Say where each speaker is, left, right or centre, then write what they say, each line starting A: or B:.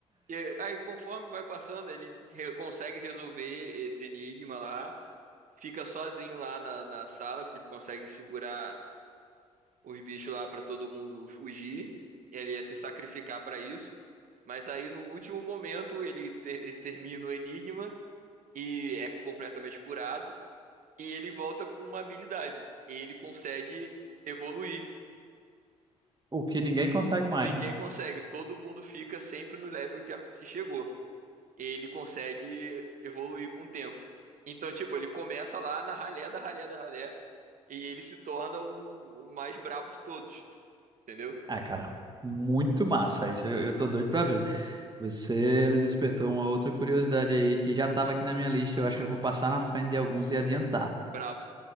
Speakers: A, on the right; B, on the right.
A: E aí, conforme vai passando, ele re- consegue resolver esse enigma lá, fica sozinho lá na, na sala, porque ele consegue segurar os bichos lá para todo mundo fugir. Ele ia se sacrificar para isso. Mas aí, no último momento, ele, ter- ele termina o enigma e é completamente curado. E ele volta com uma habilidade. Ele consegue evoluir.
B: O que ninguém consegue mais,
A: Ninguém
B: né?
A: consegue, todo mundo fica sempre no level que a Pete chegou. Ele consegue evoluir com o tempo. Então, tipo, ele começa lá na ralé da ralé da ralé e ele se torna o, o mais brabo de todos, entendeu?
B: Ah, cara, muito massa isso. Eu, eu tô doido pra ver. Você me despertou uma outra curiosidade aí que já estava aqui na minha lista. Eu acho que eu vou passar na frente de alguns e adiantar.
A: Brabo. <laughs>